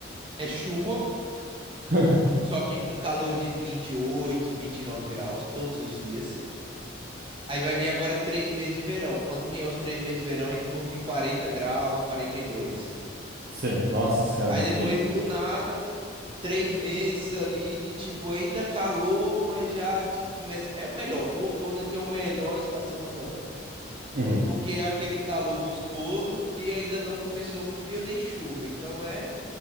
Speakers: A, on the right; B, on the right.
A: é chuva,
B: <laughs>
A: só que com calor de 28, 29 graus todos os dias. Aí vai vir agora três meses de verão. Quando vier os três meses de verão, é em torno de 40 graus, 42.
B: Sim, nossa senhora,
A: Aí
B: muito
A: depois,
B: quente.
A: do nada, três meses ali de tipo, ainda calor, mas já tipo, começa. É o melhor. O outono aqui é a melhor estação do ano.
B: Uhum.
A: Porque é aquele calor gostoso e ainda não começou frio nem chuva. Então é